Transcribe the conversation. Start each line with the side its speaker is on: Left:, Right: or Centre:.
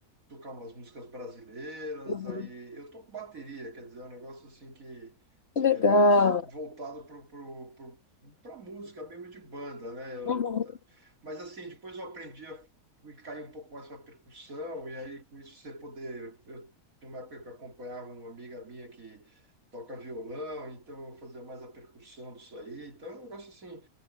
Right: tocar umas músicas brasileiras.
Left: Uhum.
Right: Aí eu toco bateria, quer dizer, é um negócio assim que
Left: Que legal.
Right: é mais voltado pro, pro, pro, pra música mesmo de banda, né? Eu-
Left: Uhum.
Right: mas assim, depois eu aprendi a cair um pouco mais para percussão, e aí com isso você poder. Eu, tinha uma época que eu acompanhava uma amiga minha que toca violão, então eu fazia mais a percussão disso aí. Então é um negócio assim.